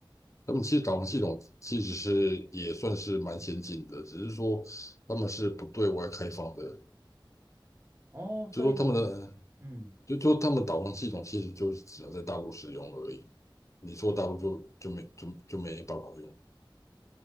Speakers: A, on the left; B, on the right.
A: 他们其实导航系统其实是也算是蛮先进的，只是说他们是不对外开放的，
B: 哦，
A: 就说他们的
B: 所以，嗯，
A: 就就他们导航系统其实就是只能在大陆使用而已，你说大陆就就没就就没办法用。